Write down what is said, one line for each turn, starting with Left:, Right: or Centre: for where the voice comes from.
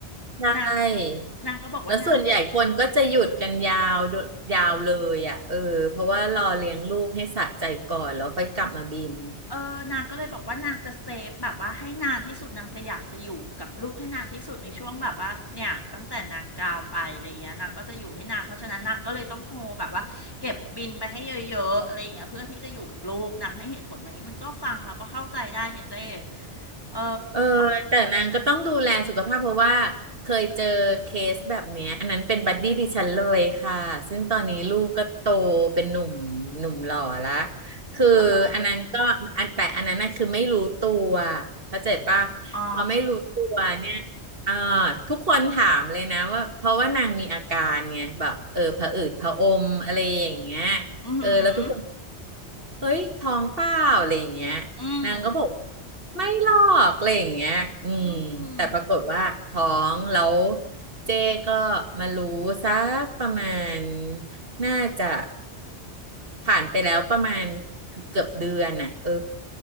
Right: ใช่
Left: นางนางก็บอกว่านาง
Right: แล้วส่วนใหญ่คนก็จะหยุดกันยาวโดยาวเลยอ่ะเออเพราะว่ารอเลี้ยงลูกให้สะใจก่อนแล้วค่อยกลับมาบิน
Left: เออนางก็เลยบอกว่านางจะเซฟแบบว่าให้นานที่สุดนางจะอยากจะอยู่กับลูกให้นานที่สุดในช่วงแบบว่าเนี่ยตั้งแต่นางกาวไปอะไรเงี้ยนางก็จะอยู่ให้นานเพราะฉะนั้นนางก็เลยต้องโฮแบบว่าเก็บบินไปให้เยอะๆอะไรเงี้ยเพื่อที่จะอยู่กับลูกนางให้เหตุผลแบบนี้มันก็ฟังแล้วก็เข้าใจได้ไงเจ้เออ
Right: เออแต่นางก็ต้องดูแลสุขภาพเพราะว่าเคยเจอเคสแบบเนี้ยอันนั้นเป็นบัดดี้ดิฉันเลยค่ะซึ่งตอนนี้ลูกก็โตเป็นหนุ่มหนุ่มหล่อละคืออันนั้นก็อันแต่อันนั้นน่ะคือไม่รู้ตัว
Left: อ่าฮะ
Right: เข้าใจปะ
Left: อ๋อ
Right: พอไม่รู้ตัวเนี่ยอ่าทุกคนถามเลยนะว่าเพราะว่านางมีอาการเนี่ยแบบเออผะอืดผะอมอะไรอย่างเงี้ย
Left: อือหือ
Right: เออแล้วทุกคนเฮ้ยท้องเปล่าอะไรอย่างเงี้ย
Left: อืม
Right: นางก็บอกไม่หรอกอะไรอย่างเงี้ยอืมแต่ปรากฏว่าท้องแล้ว
Left: อืม
Right: เจ๊ก็มารู้สักประมาณน่าจะ ผ่านไปแล้วประมาณเกือบเดือนน่ะเออ